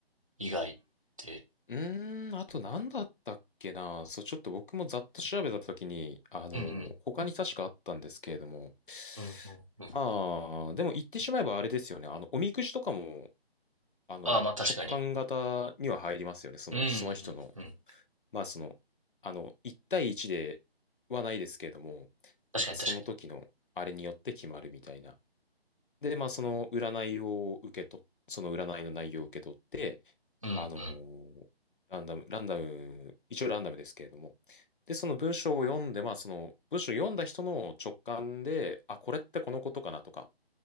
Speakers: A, on the right; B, on the left.
A: 以外って。
B: うーん、あと何だったっけな。そう、ちょっと僕もざっと調べたときに、あの、
A: うん
B: 他に確かあったんですけれども。
A: うん。うんうんうんうん。
B: まあ、でも言ってしまえばあれですよね。あの、おみくじとかも、あの、
A: ああ、まあ確かに。
B: 直感型には入りますよね。その、
A: うんうんうん。
B: その人の。まあ、その、あの、1対1ではないですけれども、
A: 確かに確かに。
B: なんかその時のあれによって決まるみたいな。で、まあ、その占いを受け取っ、その占いの内容を受け取って、
A: うんうん。
B: あのーランダム、ランダム、一応ランダムですけれども、で、その文章を読んで、まあ、その文章を読んだ人の直感で、あ、これってこのことかなとか、